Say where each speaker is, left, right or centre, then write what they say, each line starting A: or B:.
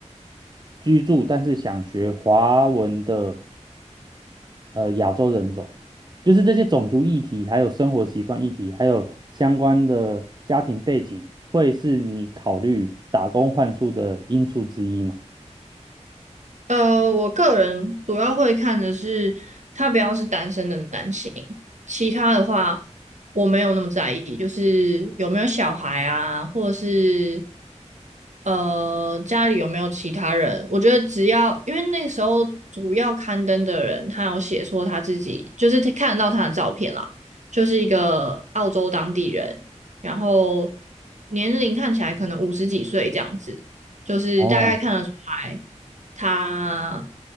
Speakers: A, on the right; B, on the right.
A: 居住，但是想学华文的呃亚洲人种？就是这些种族议题，还有生活习惯议题，还有相关的家庭背景，会是你考虑打工换宿的因素之一嘛？
B: 呃，我个人主要会看的是他不要是单身的男性，其他的话我没有那么在意，就是有没有小孩啊，或者是呃家里有没有其他人。我觉得只要因为那个时候主要刊登的人，他有写说他自己就是他看得到他的照片啦，就是一个澳洲当地人，然后年龄看起来可能五十几岁这样子，就是大概看得出来。
A: 哦，
B: 他